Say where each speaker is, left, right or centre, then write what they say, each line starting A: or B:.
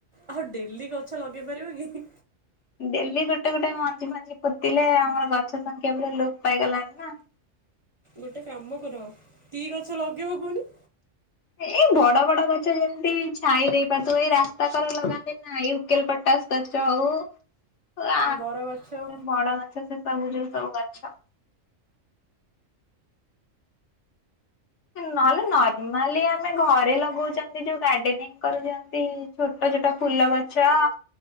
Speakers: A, on the right (about 30°); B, on the left (about 65°).
A: ଆଉ ଡେଲି ଗଛ ଲଗେଇ ପାରିବ କି?
B: ଡେଲି ଗୋଟେ-ଗୋଟେ ମଞ୍ଜି ଫଞ୍ଜି ପୋତିଲେ, ଆମର ଗଛ ସଂଖ୍ୟା ପୁରା ଲୋପ୍ ପାଇଗଲାଣି ନା।
A: ଗୋଟେ କାମ କର, କି ଗଛ ଲଗେଇବ କୁହନି?
B: ଏଇ ବଡ଼-ବଡ଼ ଗଛ ଯେମିତି ଛାଇ ଦେଇ ପାରୁଥିବ, ଏଇ ରାସ୍ତା କଡରେ ଲଗାନ୍ତିନା ଇଉକେଲ୍ ପଟାସ। ଆଚ୍ଛା ହଉ <unintelligible>
A: ବରଗଛ
B: ବଡ଼ଗଛ ସେ ସବୁ ଯୋଉ ସବୁ ଗଛ। ନହେଲେ ନର୍ମାଲି, ଆମେ ଘରେ ଲଗଉଚନ୍ତି ଯୋଉ ଗାର୍ଡେନେ। ଘରେ ଯେନ୍ତି ଛୋଟ-ଛୋଟ ଫୁଲଗଛ,